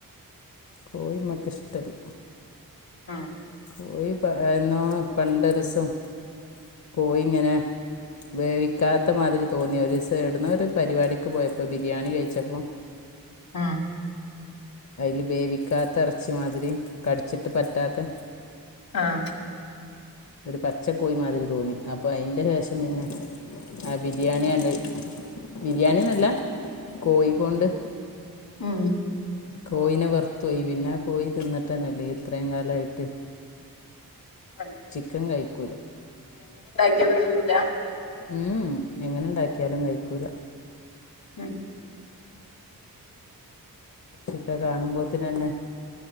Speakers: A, on the left; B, on the left.
A: കോഴി നമ്മക്കിഷ്ടല്ല
B: ആ
A: കോയിപ്പഎന്നോ പണ്ടൊരുസം കോയി ഇങ്ങനെ വേവിക്കാത്ത മാതിരി തോന്നി ഒരിസം ഏടുന്നോ ഒരു പരിപാടിക്ക് പോയപ്പം ബിരിയാണി കഴിച്ചപ്പം
B: ആ
A: അയില് വേവിക്കാത്ത ഇറച്ചി മാതിരി കടിച്ചിട്ട് പറ്റാത്തെ
B: ആഹ്
A: ഒരു പച്ചക്കോഴി മാതിരി തോന്നി അപ്പൊ അയിൻ്റെ ശേഷം പിന്നെ ആ ബിരിയാണിയണ്ട് ബിരിയാണി എന്നല്ല കോയികൊണ്ട്
B: ഉം
A: കോയിന വെറുത്തു പോയി പിന്നെ കോയി തിന്നിട്ടെന്നെല്ലേ ഇത്രേയും കാലായിട്ട്
B: എ
A: ചിക്കൻ കഴിക്കില്ല
B: നൊന്നും തിന്നൂല
A: ഉം എങ്ങനുണ്ടാക്കിയാലും കഴിക്കൂല
B: ഉം
A: ചിക്ക കാണുമ്പോത്തിനന്ന